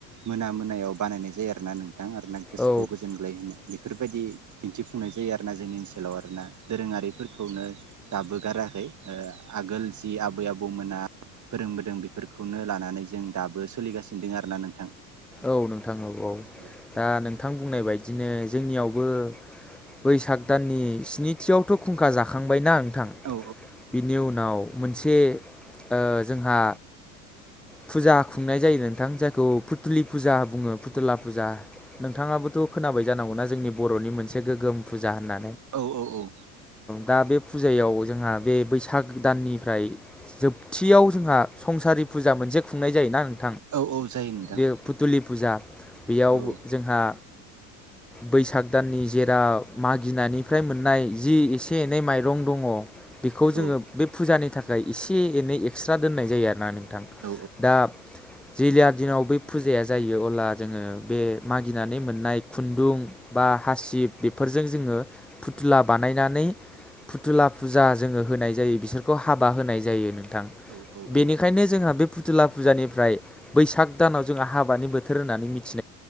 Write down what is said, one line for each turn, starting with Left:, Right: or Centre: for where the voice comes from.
Right: मोना मोनायाव बानायनाय जायो आरो ना नोंथां आरो गोसोखौ
Centre: औ
Right: गोजोनग्लाय होनो बेफोरबायदि दिन्थिफुंनाय जायो आ ना जोंनि ओनसोलाव आरोना दोरोङारिफोरखौनो दाबो गाराखै ओ आगोल जि आबै आबौमोना फोरोंबोदों बेफोरखौनो लानानै जों दाबो सोलिगासिनो दों आरोना नोंथां
Centre: औ नोंथां नोंगौ
Right: औ
Centre: दा नों थां बुंनाय बायदिनो जोंनियावबो बैसाग दाननि स्निथियावथ' खुंखा जाखांबाय ना थां
Right: औ
Centre: बिनि उनाव मोनसे ओ जोंहा फुजा खुंनाय जायो नोंथां जायखौ फुथुलि फुजा बुङो फुथुला फुजा नोंथाङाबोथ' खोनाबाय जानांगौना जोंनि बर'नि मोनसे गोग्गोम फुजा होनना
Right: औ औ औ
Centre: दा बे फुजायाव जोंहा बे बैसाग दाननिफ्राय जोबथियाव जोंहा संसारि फुजा मोनसे खुंनाय जायोना नों
Right: औ औ जायो नोंथां
Centre: बेयो फुथुलि फुजा बेयाव
Right: औ
Centre: जोंहा बैसाग दाननि जेरा मागिनायनिफ्राय मोननाय जि एसे एनै माइरं दङ बेखौ जोङो
Right: औ
Centre: बे फुजानि थाखाय एसे एनै एक्सट्रा दोननाय जायो आरोना नों थां
Right: औ
Centre: दा जिजा दिनाव बै फुजाया जायो अब्ला जोङो बे मागिनानै मोननाय खुन्दुं बा हासिब बेफोरजों जोङो फुथ्ला बानायनानै फुथुला फुजा जोङो होनाय जायो बिसोरखौ हाबा होनाय जायो नों थां।
Right: औ औ औ
Centre: बेनिखायनो
Right: औ
Centre: जोंहा बे फुथुला फुजानिफ्राय बैसाग दानाव जोंहा हाबानि बोथोर होननानै मिथि